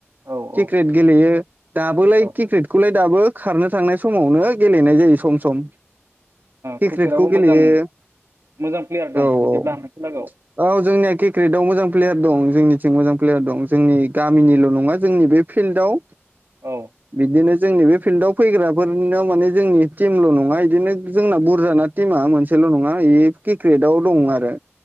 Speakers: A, on the right; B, on the right.
A: औ
B: क्रिकेट
A: औ
B: गेलेयो दाबोलाय
A: औ
B: क्रिकेटखौलाय दाबो खारनो थांनाय समावनो गेलेनाय जायो सम सम क्रिकेटखौ
A: क्रिकेटआवबो
B: गेलेयो
A: मोजां मोजां प्लेयार
B: औ
A: दं
B: औ
A: बिदिब्ला नोंसोर लागोआव
B: औ जोंनिया क्रिकेटआव मोजां प्लेयार दं जोंनि मोजां प्लेयार दं जोंनि गामिनिल नङा जोंनि बे फिल्डआव
A: औ
B: बिदिनो जोंनि बे फिल्डआव फैग्राफोरनाव माने जोंनि टिमल' नङा बिदिनो जोंना बुरजाना टिमा मोनसेल' नङा ब ए क्रिकेटाव दं आरो